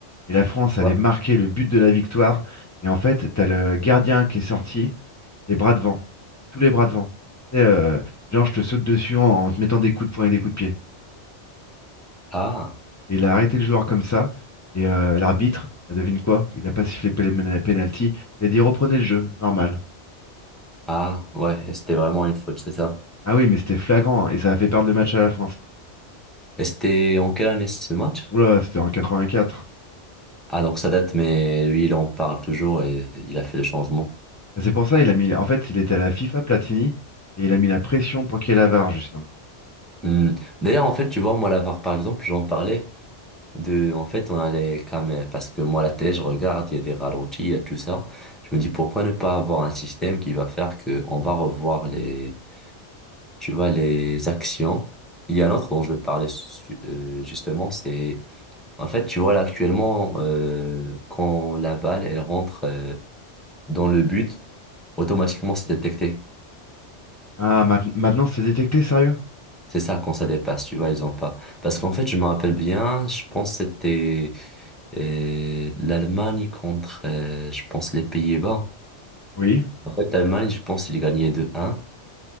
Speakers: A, on the left; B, in the centre.
A: et la France
B: Ouais.
A: allait marquer le but de la victoire. Et en fait, t'as le gardien qui est sorti, les bras devant, tous les bras devant. Et, euh, genre, je te saute dessus en, en te mettant des coups de poing et des coups de pied.
B: Ah,
A: Et il a arrêté le joueur comme ça. Et euh, l'arbitre, bah, devine quoi? Il n'a pas sifflé pén- penalty. Il a dit reprenez le jeu, normal.
B: ah, ouais, et c'était vraiment une faute, c'est ça.
A: Ah oui, mais c'était flagrant hein, et ça a fait perdre le match à la France.
B: Et c'était en quelle année ce match?
A: Oula, c'était en 84.
B: Ah, donc ça date, mais lui, il en parle toujours et il a fait le changement.
A: Et C'est pour ça il a mis. En fait, il était à la FIFA Platini et il a mis la pression pour qu'il y ait la VAR, justement.
B: Hmm. D'ailleurs, en fait, tu vois, moi, la VAR, par exemple, j'en parlais de. En fait, on allait quand même. Parce que moi, la télé, je regarde, il y a des ralentis, il y a tout ça. Je me dis, pourquoi ne pas avoir un système qui va faire que on va revoir les tu vois, les actions. Il y a un autre dont je parlais su- euh, justement, c'est en fait, tu vois, là actuellement, euh, quand la balle, elle rentre euh, dans le but, automatiquement, c'est détecté.
A: Ah, mait- maintenant c'est détecté, sérieux?
B: C'est ça, quand ça dépasse, tu vois, ils ont pas. Parce qu'en fait, je me rappelle bien, je pense que c'était euh, l'Allemagne contre, euh, je pense, les Pays-Bas.
A: Oui.
B: En fait, l'Allemagne, je pense, ils gagnaient 2 un